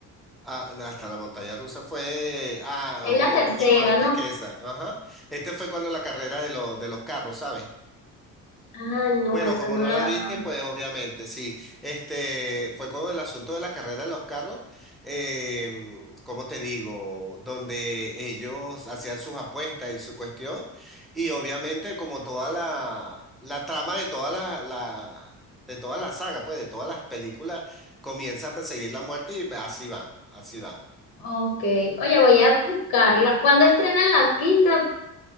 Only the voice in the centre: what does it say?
Ah, hasta la montaña rusa fue, ah,
oh,
mucho antes
que esa. Ajá. Este fue cuando la carrera de, lo- de los carros, ¿sabes?
Bueno,
como
no
la viste, pues obviamente, sí. Este fue con el asunto de la carrera de los carros, eh, ¿cómo te digo? Donde ellos hacían sus apuestas y su cuestión. Y obviamente, como toda la, la trama de toda la, la- de toda la saga, pues, de todas las películas, comienza a perseguir la muerte y así van, así van.